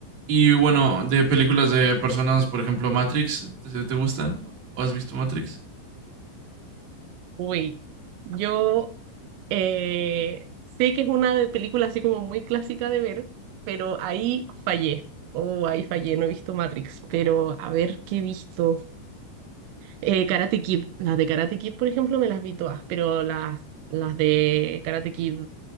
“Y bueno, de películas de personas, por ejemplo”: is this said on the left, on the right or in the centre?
Right